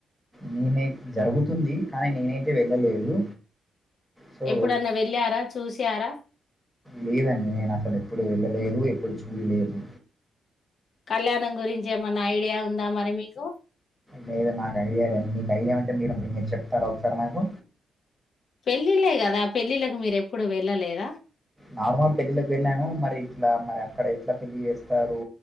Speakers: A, in the centre; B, on the left.
A: నేనై జరుగుతుంది కానీ నేనైతే వెళ్ళలేదు. సో,
B: ఎప్పుడన్నా వెళ్ళారా చూసారా.
A: లేదండి నేను అసలు ఎప్పుడు వెళ్ళలేదు ఎప్పుడు చూడలేదు.
B: కళ్యాణం గురించి ఏమన్నా ఐడియా ఉందా మరి మీకు,
A: లేదు నాకు ఐడియా లేదు. మీకు ఐడియా అంటే మీరు మీ మీరు చెప్తారా ఒకసారి నాకు
B: పెళ్ళిళ్ళ కదా పెళ్ళిళ్ళలకు మీరు ఎప్పుడు వెళ్ళలేదా.
A: నార్మల్ పెళ్లిళ్లకు వెళ్ళాను మరి ఇట్లా మరి అక్కడ ఎట్లా పెళ్ళి చేస్తారు